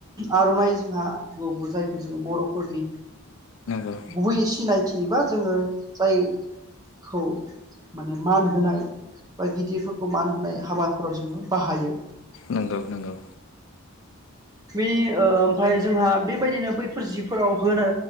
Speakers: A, on the right; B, on the left.
A: आर'नाइ जोंहा <unintelligible> जायखौ जोङो बर'फोरनि
B: नंगौ
A: गुबै सिनायथि बा जोङो जाय खौ माने मान होनाय बा गिदिरफो मान होनाय हाबाफोराव जोङो बाहायो।
B: नंगौ नंगौ
A: बेनि ओमफफ्राय जोंहा बेबायदिनो बैफोर जिफोराव होनो